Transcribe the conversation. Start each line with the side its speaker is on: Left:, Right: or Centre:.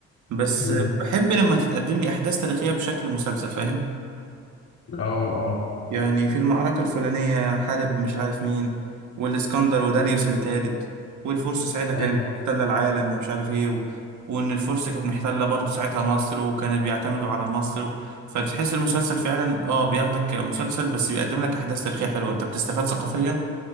Right: بس
Left: مم.
Right: آه، بحب لما تتقدم لي احداث تاريخيه بشكل مسلسل فاهم
Left: أه أه
Right: يعني في المعركة الفلانية حارب مش عارف مين والإسكندر وداريوس التالت والفرس ساعتها كانت
Left: أيوه
Right: محتلة العالم ومش عارف إيه و... وإن الفرس كانت محتلة برضه ساعتها مصر وكانوا بيعتمدوا على مصر و... فبتحس المسلسل فعلا آه بياخدك كمسلسل بس بيقدم لك أحداث تاريخية حلوة أنت بتستفاد ثقافيا